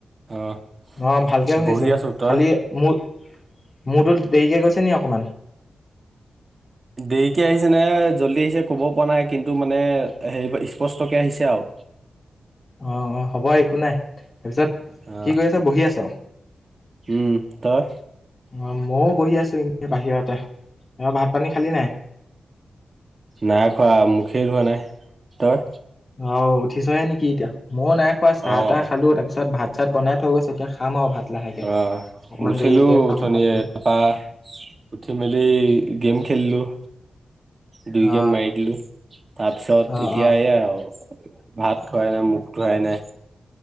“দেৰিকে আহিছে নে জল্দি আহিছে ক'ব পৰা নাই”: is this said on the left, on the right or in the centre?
Right